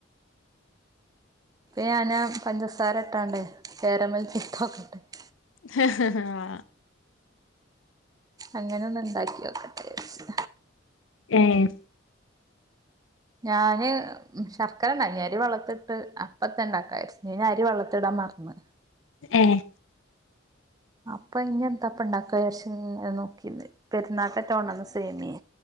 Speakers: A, on the right; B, on the left.
A: ഞാനാ പഞ്ചസാര ഇട്ടാണ്ടേ കേരമൽ <unintelligible>
B: <inaudible> ഹ് ഹ് വാ
A: അങ്ങനെയൊന്ന് ഉണ്ടാക്കിയോക്ക്‌ ടേസ്റ്റ്
B: ഏഹ്
A: ഞാന് ശർക്കരക്കഞ്ഞി അരി വെള്ളത്തിട്ട് <unintelligible> അപ്പ തന്നെ ഇണ്ടാക്ക അരി വളത്തിടാൻ മറന്ന്
B: ഏഹ്
A: അപ്പം ഇനി എന്തപ്പം ഉണ്ടാക്കാ വിചാരിച്ച് ഇങ്ങനെ നോക്കിട്ട് പെരുന്നാളിന് കൊണ്ട് വന്ന സേമിയ